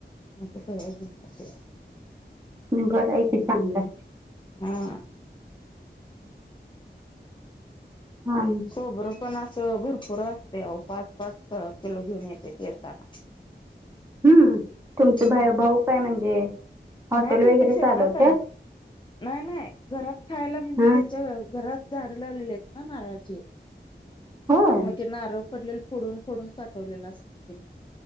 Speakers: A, on the left (about 25°); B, on the right (about 15°).
A: मग ते सगळं घेऊन येतंय.
B: बरं आहे की चांगलंय.
A: हा.
B: हा.
A: खोबरंपण असं भरपूर असतय आओ, पाच पाच किलो घेऊन येत्यात येताना.
B: हम्म, तुमच
A: हम्म
B: भा भाऊ काय म्हणजे हॉटेल
A: नाही त्यांच्या
B: वगैरे
A: शेतात
B: चालवत्यात?
A: आहे. नाही नाही, घरात खायला म्हणजे
B: हा
A: त्यांच्या घरात झाडं लावलेली आहेत ना नारळाचे.
B: होय
A: मग ते नारळ पडलेल फोडून फोडून साठवलेलं असतंय.